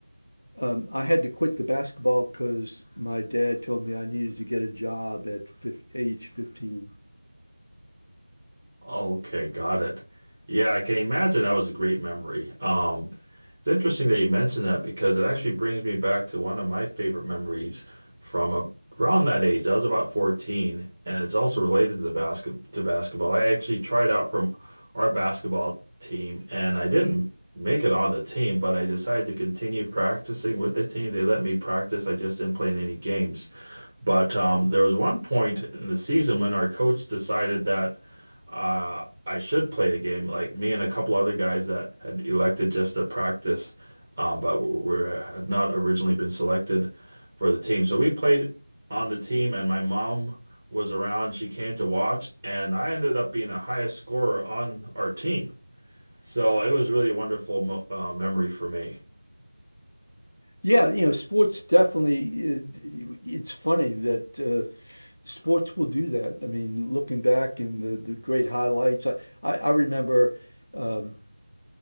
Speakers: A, on the left; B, on the right.
A: Um, I had to quit the basketball because my dad told me I needed to get a job at fif age 15.
B: Okay, got it. Yeah, I can imagine that was a great memory. Um, It's interesting that you mentioned that because it actually brings me back to one of my favorite memories from a, around that age. I was about 14, and it's also related to the basket to basketball. I actually tried out from our basketball team, and I didn't make it on the team, but I decided to continue practicing with the team. They let me practice. I just didn't play in any games. But um, there was one point in the season when our coach decided that uh, I should play the game. Like me and a couple other guys that had elected just to practice, um, but were, were had not originally been selected for the team. So we played on the team, and my mom was around. She came to watch, and I ended up being the highest scorer on our team. So it was really a wonderful mo uh, memory for me.
A: Yeah, you know, sports definitely, uh, it's funny that uh, sports will do that. I mean, looking back and the, the great highlights, I, I, I remember um,